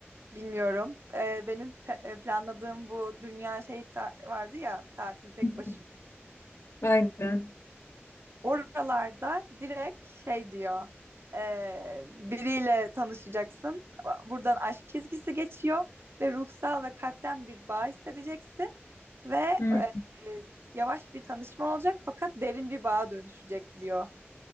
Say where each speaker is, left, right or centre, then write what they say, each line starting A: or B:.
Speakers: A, on the right; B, on the left.
A: bilmiyorum. Ee, benim pe- planladığım bu dünya şey ta- vardı ya tatil tek
B: <laughs>
A: başıma.
B: Aynen.
A: Oralarda direkt şey diyor. eee, biriyle tanışacaksın. Buradan aşk çizgisi geçiyor ve ruhsal ve kalpten bir bağ hissedeceksin ve
B: Hı.
A: eee, yavaş bir tanışma olacak fakat derin bir bağa dönüşecek diyor.